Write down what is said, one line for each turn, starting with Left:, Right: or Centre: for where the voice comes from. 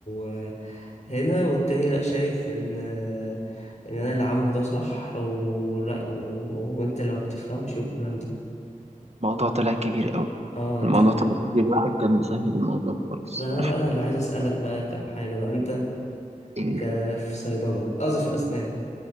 Left: آه، هنا والتاني لأ شايف إن آه، إن أنا اللي عامله ده صح ولأ و- وأنت اللي ما بتفهمش والكلام ده
Right: الموضوع طلع كبير قوي
Left: اه
Right: الموضوع
Left: طب
Right: طلع كبير الواحد كان مسهل الموضوع خالص
Left: ده أنا بقى أنا اللي عايز أسألك بقى كام حاجة بقى أنت
Right: إيه.
Left: ك- في صيدلة قصدي في أسنان